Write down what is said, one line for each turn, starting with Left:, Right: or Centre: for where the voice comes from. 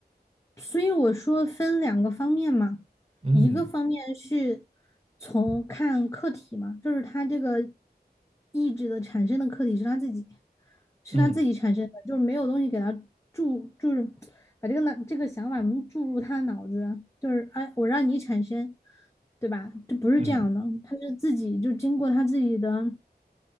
Left: 所以我说分两个方面嘛，
Right: 嗯
Left: 一个方面是从看客体嘛，就是他这个意志的产生的客体是他自己，是他自己产生的，
Right: 嗯
Left: 就是没有东西给他注，就是把这个脑这个想法注入他的脑子，就是哎，我让你产生，对吧？这不是这样的，
Right: 嗯
Left: 他是自己就经过他自己的